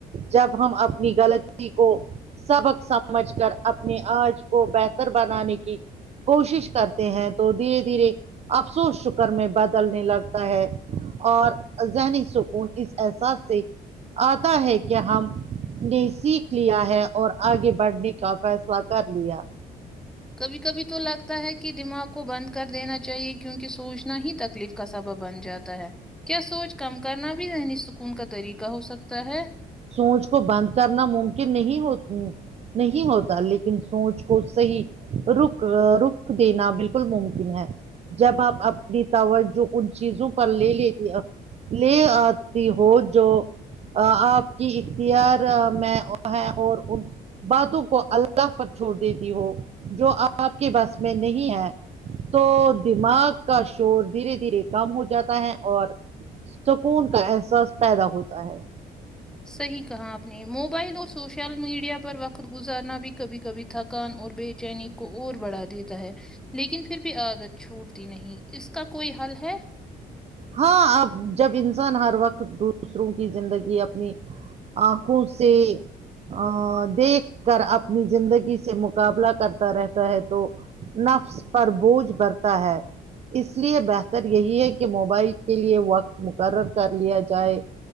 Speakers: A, on the right; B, in the centre.
A: جب ہم اپنی غلطی کو سبق سمجھ کر اپنی آج کو بہتر بنانے کی کوشش کرتے ہیں تو دھیرے دھیرے افسوس شکر میں بدلنے لگ تے ہیں اور ذہنی سکون اس احساس سے آتا ہے کہ ہم نے سیکھ لیا ہے اور آگے بڑھنے کا فیصلہ کر لیا
B: کبھی کبھی تو لگتا ہے کہ دماغ کو بند کر دینا چاہیے کیونکہ سوچنا ہی تکلیف کا سبب بن جاتا ہے کیا سوچ کم کرنا بھی ذہنی سکون کا طریقہ ہو سکتا ہے
A: سوچ کو بند کرنا ممکن نہیں ہوتی نہیں ہوتا لیکن سوچ کو صحیح رخ رخ دینا بالکل ممکن ہے جب آپ اپنی توجہ ان چیزوں پر لے لیتی ا لے آتی ہو جو ا آپ کی اختار مہ میں ہے اور ان کی باتوں کو اللہ پر چھوڑ دیتی ہو جو آپ کے بس میں نہیں ہے تو دماغ کا شور دھیرے دھیرے کم ہو جاتا ہے اور سکون کا احساس پیدا ہوتا ہے
B: صحیح کہا آپ نے موبائل اور سوشل میڈیا پر وقت گزارنا بھی کبھی کبھی تھکان اور بے چینی کو اور بڑھا دیتا ہے لیکن پھر بھی عادت چھوٹتی نہیں اس کا کوئی حل ہے
A: ہاں اب جب انسان ہر وقت دوسروں کی زندگی اپنی آنکھوں سے ا دیکھ کر اپنی زندگی سے مقابلہ کرتا رہتا ہے تو نفس پر بوجھ بڑھتا ہے اس لیے بہتر یہی ہے کہ موبائل کے لیے وقت مقرر کر لیا جائے